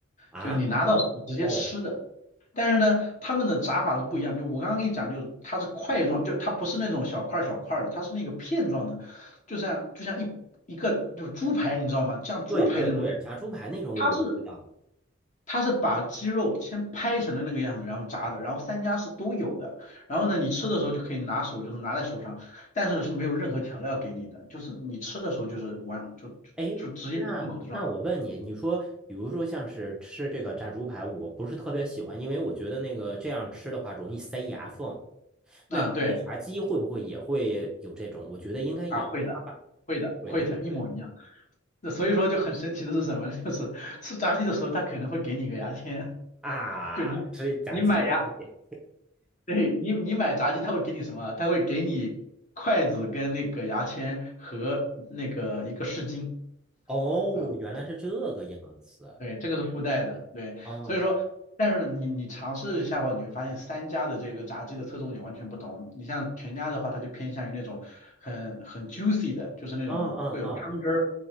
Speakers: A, in the centre; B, on the left.
A: 啊，
B: 就你拿到手就直接吃的。
A: 哦，
B: 但是呢，他们的炸法是不一样。就我刚刚跟你讲，就是它是块状，就它不是那种小块儿小块儿的，它是那个片状的，就像就像一一个就猪排，你知道吗？像猪排那种感觉。
A: 对对对，炸猪排那种我知道。
B: 它是它是把鸡肉先拍成了那个样子，然后炸的，然后三家是都有的。然后呢，你吃的时候就可以拿手，就是拿在手上，但是是没有任何调料给你的，就是你吃的时候就是完就就就直接进口的状态。
A: 哎，那那我问你，你说，比如说像是吃这个炸猪排，我不是特别喜欢，因为我觉得那个这样吃的话容易塞牙缝。
B: 啊，
A: 那这个炸鸡会不会也会有这种？
B: 对
A: 我觉得应该也会，
B: 啊，会的，
A: 他把，
B: 会的，
A: 对对对，
B: 会的，一模一样。那所以说就很神奇的是什么呢 <laughs> 就是吃炸鸡的时候，他可能会给你个牙签，
A: 啊，
B: 就你你买牙，
A: 吃炸鸡的东西。
B: 对你你买炸鸡，他会给你什么？他会给你筷子跟那个牙签和那个一个湿巾。
A: 哦，
B: 啊，
A: 原来是这个样子。
B: 对，这个是附带的，对，
A: 哦，
B: 所以说，但是呢，你你尝试一下的话，你会发现三家的这个炸鸡的侧重点完全不同。你像全家的话，它就偏向于那种很很 juicy 的，就是那种会有汤汁儿。
A: 嗯嗯嗯，